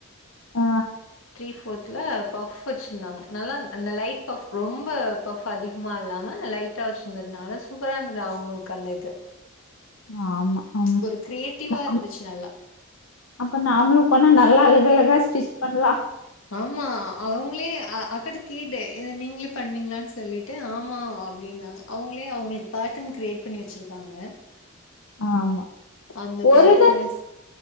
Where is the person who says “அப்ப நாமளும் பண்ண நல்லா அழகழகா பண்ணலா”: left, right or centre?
Left